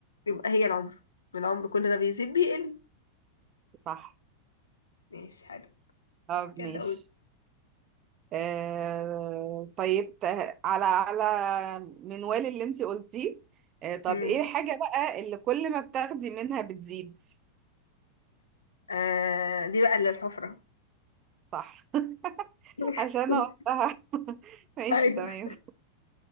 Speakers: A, on the left; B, on the right.
A: يبقى هي العمر العمر كل ما بيزيد بيقل
B: صح
A: ماشي حلو
B: طب ماشي
A: يلا قول
B: آه طيب ت- على على منوال اللي انتي قلتيه آه طب
A: مم.
B: ايه الحاجة بقى اللي كل ما بتاخدي منها بتزيد
A: آه دي بقى اللي الحفرة
B: صح
A: <laughs>
B: عشان اوضحها <laughs> ماشي
A: ايوه
B: تمام